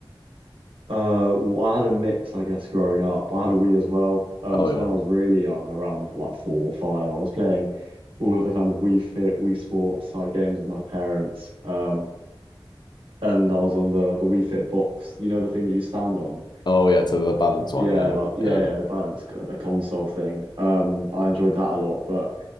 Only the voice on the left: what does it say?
Oh
yeah.
Oh yeah. To the balance one.
Yeah.
Yeah.